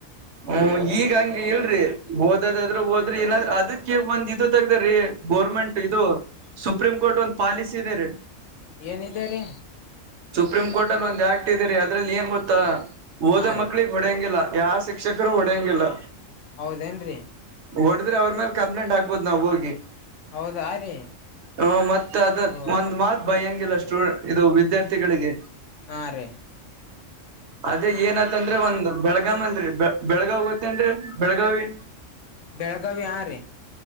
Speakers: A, on the right; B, on the left.
A: ಹ್ಮ ಈಗ ಹಂಗ ಇಲ್ರರಿ ಓದದಾದ್ರೂ ಹೋದ್ರಿ ಇಲ್ಲಾದ್ರ ಅದಕ್ಕೆ ಬಂದ ತಗ್ದ ರೀ ಗೋರ್ಮೆಂಟ್ ಇದು ಸುಪ್ರೀಂ ಕೋರ್ಟ್ ಒಂದ್ ಪಾಲಿಸಿ ಇದೆ ರೀ
B: ಏನಿದರಿ
A: ಸುಪ್ರೀಂ ಕೋರ್ಟ್ ಅಲ್ಲಿ ಒಂದ್ ಆಾಗ್ತಿದೀರಿ ಅದ್ರಲ್ಲಿ ಏನ್ ಗೊತ್ತಾ ಹೋದ
B: ಹಾ ರೀ
A: ಮಕ್ಳಿಗೆ ಹೊಡೆಯಂಗಿಲ್ಲ ಯಾವ ಶಿಕ್ಷಕರು ಹೊಡೆಯಂಗಿಲ್ಲ
B: ಹೌದೇನ್ರರಿ
A: ಹೊಡದ್ರೆ ಅವ್ರ ಮೇಲೆ ಕಂಪ್ಲೇಂಟ್ ಆಗ್ಬೋದು ನಾವ್ ಹೋಗಿ
B: ಹೌದಾ ರೀ
A: ಹ್ಮ ಮತ್ತ ಅದ
B: ಓ
A: ಒಂದ್ ಮಾತ್. ಭ ಹಂಗಿಲ್ಲಷ್ಟ್ಟು ಇದು ವಿದ್ಯಾರ್ಥಿಗಳಿಗೆ.
B: ಹಾ ರೀ.
A: ಅದೇ ಏನತ್ತಂದ್ರ ಒಂದ ಬೆಳಗಾವ್ ಅಲ್ರರಿ ಬೆಳಗಾವಿ ಗೋತ್ತೇನ್ರರಿ ಬೆಳಗಾವಿ.
B: ಬೆಳಗಾವಿ ಆ ರೀ.